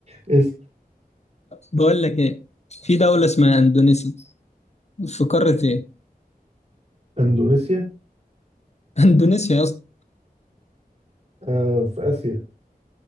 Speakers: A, on the right; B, on the left.
A: اسم
B: بقول لك ايه في دوله اسمها اندونيسيا في قاره ايه
A: اندونيسيا
B: <laughs> اندونيسيا يا اسطى
A: آه في اسيا